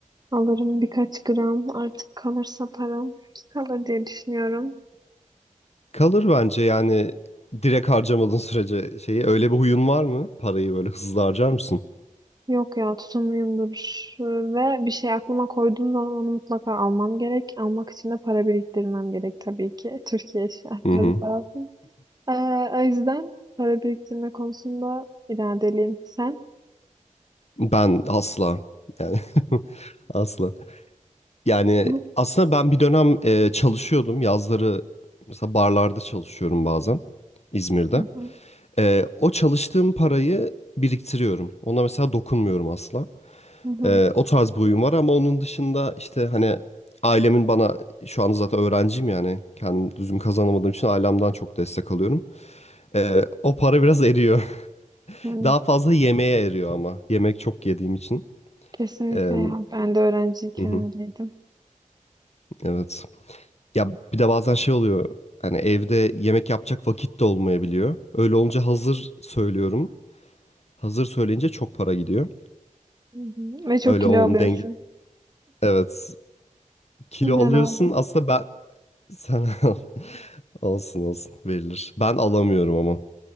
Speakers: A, on the right; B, on the left.
A: alırım birkaç gram. Artık kalırsa param. Kalır diye düşünüyorum.
B: Kalır bence yani direkt harcamadığın sürece şeyi öyle bir huyun var mı? Parayı böyle hızlı harcar mısın?
A: Yok ya tutumluyumdur Ee, ve bir şey aklıma koyduğum zaman onu mutlaka almam gerek. Almak için de para biriktirmem gerek tabii ki. <laughs> Türkiye şartları
B: Hı hı.
A: lazım. Ee, o yüzden para biriktirme konusunda iradeliyim. Sen?
B: Ben asla yani <laughs> asla. Yani
A: Bu-
B: aslında ben bir dönem e, çalışıyordum. Yazları mesela barlarda çalışıyorum bazen İzmir'de.
A: Hı hı,
B: E, o çalıştığım parayı biriktiriyorum. Ona mesela dokunmuyorum asla.
A: hı hı,
B: E, o tarz bir huyum var ama onun dışında işte hani ailemin bana şu anda zaten öğrenciyim yani kendim düzgün kazanamadığım için ailemden çok destek alıyorum. E, o para biraz eriyor. <laughs>
A: hı.
B: Daha fazla yemeğe eriyor ama yemek çok yediğim için.
A: Kesinlikle
B: E,
A: ya. Ben de öğrenciyken
B: hı hı,
A: öyleydim.
B: evet. Ya bir de bazen şey oluyor. Hani evde yemek yapacak vakit de olmayabiliyor. Öyle olunca hazır söylüyorum. Hazır söyleyince çok para gidiyor.
A: Hı hı. Ve çok
B: Öyle
A: kilo
B: onun
A: alıyorsun.
B: denge... Evet. Kilo
A: Ben
B: alıyorsun.
A: aldım.
B: Aslında ben... Sen <laughs> al. Olsun olsun. Verilir. Ben alamıyorum ama.